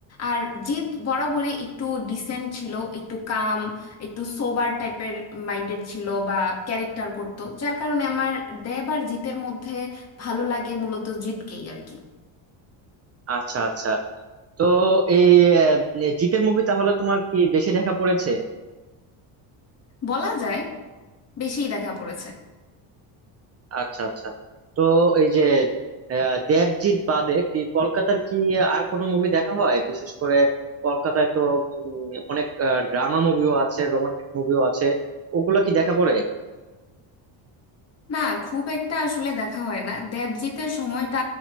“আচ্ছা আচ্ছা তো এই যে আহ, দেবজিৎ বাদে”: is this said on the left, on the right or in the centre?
Right